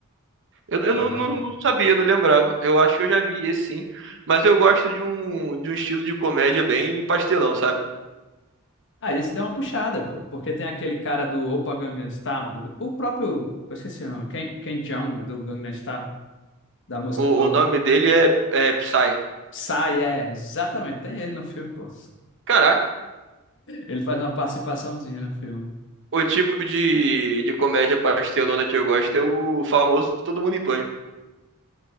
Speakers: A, on the right (about 55°); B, on the left (about 55°).
A: Eu, eu
B: Ela
A: não,
B: é bacana.
A: não, não sabia, não lembrava. Eu acho que eu já vi esse sim. Mas eu gosto de um, de um estilo de comédia bem pastelão, sabe?
B: Aí isso dá uma puxada, pô. Porque tem aquele cara do Opa Gangnam Style, do- o próprio, eu esqueci o nome, Ken, Ken Jeong, do Gangnam Style, da música.
A: O,
B: O,
A: o nome dele é, é Psy.
B: Psy, é, exatamente. Tem ele no filme, pô.
A: Caraca,
B: Ele faz uma participaçãozinha no filme.
A: o tipo de, de comédia pastelona que eu gosto é o famoso Todo Mundo em Pânico.